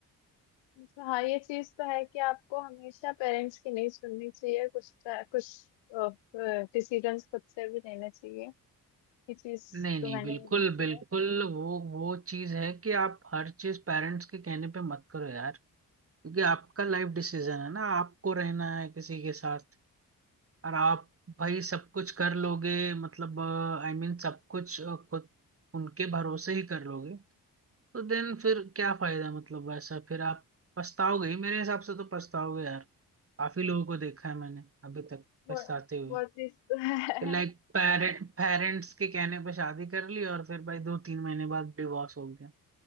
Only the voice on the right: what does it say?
नहीं
नहीं
बिल्कुल
बिल्कुल
वो वो चीज है कि आप हर चीज पेरेंट्स के कहने पे मत करो यार क्योंकि आपका लाइफ डिसीजन है ना आपको रहना है किसी के साथ और आप भाई सब कुछ कर लोगे मतलब आई मीन सब कुछ अ, खुद उनके भरोसे ही कर लोगे तो देन फिर क्या फायदा मतलब वैसा फिर आप पछताओगे ही मेरे हिसाब से तो पछताओगे यार काफी लोगों को देखा है मैंने अभी तक पछताते
हुए
लाइक पेरेंट पेरेंट्स के कहने पर शादी कर ली और फिर भाई दो तीन महीने बाद डिवोर्स हो गया